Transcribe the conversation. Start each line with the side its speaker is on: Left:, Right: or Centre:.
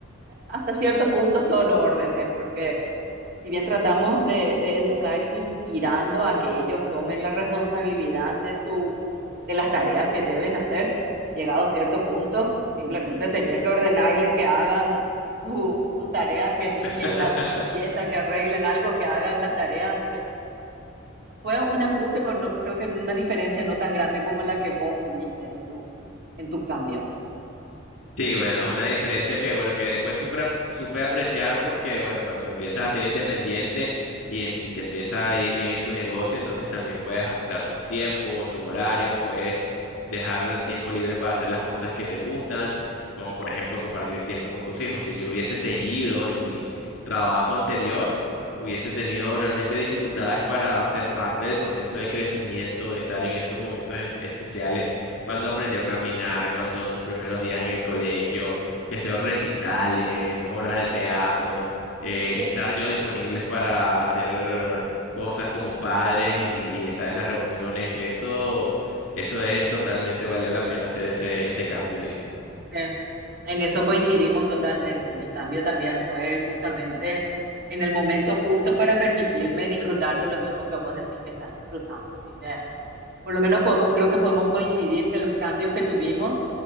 Right: hasta cierto punto son órdenes, porque si bien tratamos de, de educar inspirando a que ellos tomen la responsabilidad de su, de las tareas que deben hacer, llegado a cierto punto, simplemente tenía que ordenarles que hagan su- sus tareas, que limpien
Left: <laughs>
Right: la, su pieza, que arreglen algo, que hagan las tareas. Así que fue un ajuste, pero no, creo que una diferencia no tan grande como la que vos tuviste en tu, en tu cambio.
Left: Sí, bueno, es una diferencia que, bueno, que después supe, ap- supe apreciar porque, bueno, cuando empiezas a ser independiente y, em- y te empieza a ir bien en tu negocio, entonces también puedes ajustar tus tiempos, tus horarios, puedes dejar tiempo libre para hacer las cosas que te gustan, como por ejemplo compartir tiempo con tus hijos. Si yo hubiese seguido en mi trabajo anterior, hubiese tenido realmente dificultades para ser parte del proceso de crecimiento, de estar en esos momentos em- especiales cuando aprendió a caminar, cuando sus primeros días en el colegio, que sea recitales, obras de teatro, eh, estar yo disponibles para hacer cosas como padres y, y estar en las reuniones, eso, eso es totalmente valió la pena hacer ese, ese cambio de vida.
Right: Eh, En eso coincidimos totalmente. Mi cambio también fue justamente en el momento justo para permitirme disfrutar de lo mismo que vos decís que estás disfrutando. Así que por lo menos podemos, creo que podemos coincidir que los cambios que tuvimos